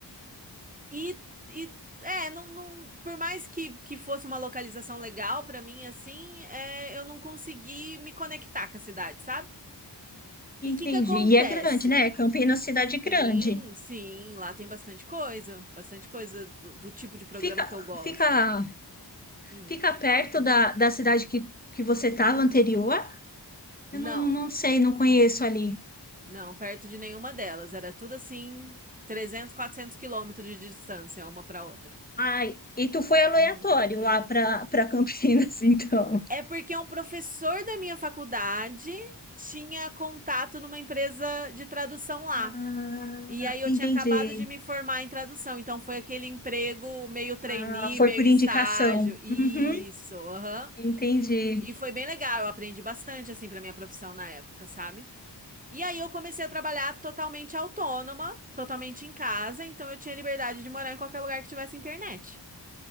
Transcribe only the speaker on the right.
E, e é, não, não, por mais que, que fosse uma localização legal pra mim, assim, é, eu não consegui me conectar com a cidade, sabe?
E o que que acontece?
Sim, sim, lá tem bastante coisa, bastante coisa do, do tipo de programa
que eu gosto.
Hum.
Não,
não, perto de nenhuma delas, era tudo assim, 300 400 quilômetros de distância uma para outra.
Uhum.
É porque um professor da minha faculdade tinha contato numa empresa de tradução lá.
E aí eu
tinha acabado de me formar em tradução, então foi aquele emprego meio trainee,
meio
estágio.
Isso,
aham.
E foi bem legal, eu aprendi bastante assim para minha profissão na época, sabe? E aí eu comecei a trabalhar totalmente autônoma, totalmente em casa, então eu tinha liberdade de morar em qualquer lugar que tivesse internet.